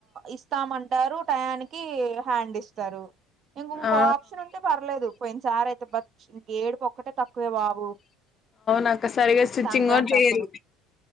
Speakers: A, on the right; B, on the left.
A: ఇస్తామంటారు టయానికి హండ్ ఇస్త ఇం ఇం
B: ఆ
A: ఆప్షన్ ఉంటే పర్లేదు పోయిన సార్ అయితే బ ఇంక ఏడుపొక్కటే తక్కువే బాబు
B: నాకు సరిగా స్టిచ్చింగ్
A: సంక్రాంతి
B: న్ చెయరు
A: అప్పుడు